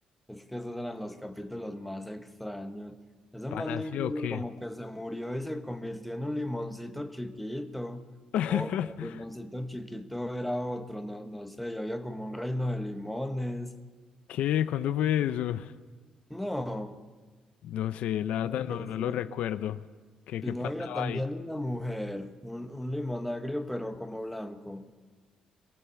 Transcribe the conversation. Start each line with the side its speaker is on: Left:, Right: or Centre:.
Centre: es que esos eran los capítulos más extraños. Ese
Left: ¿Pana
Centre: mando
Left: sí
Centre: incluso
Left: o qué?
Centre: como que se murió y se convirtió en un limoncito chiquito.
Left: <laughs>
Centre: O o limoncito chiquito era otro, no, no sé, y había como un reino de limones.
Left: ¿Qué? ¿Cuándo fue eso?
Centre: No,
Left: No sé, la
Centre: creo
Left: verdad
Centre: que
Left: no,
Centre: sí.
Left: no lo recuerdo. ¿Qué, qué
Centre: Y no
Left: pasaba
Centre: había también
Left: ahí?
Centre: una mujer, un, un limonagrio pero como blanco.